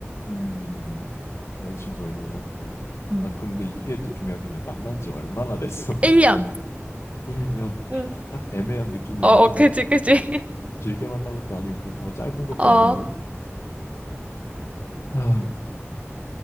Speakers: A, on the left; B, on the right.
A: 음, 여자친구가 있는 상태.
B: 음,
A: 아, 그럼 근데 이게 또 중요하긴 해. 만난 지 얼마나 됐어? <laughs>
B: 1년.
A: 1년. 아,
B: 응.
A: 진짜 딱 애매한 느낌이긴
B: 어,
A: 하네.
B: 어, 그지, 그지. <laughs>
A: 길게 만난 것도 아니고 그렇다고 짧은 것도
B: 어,
A: 아니고. 아,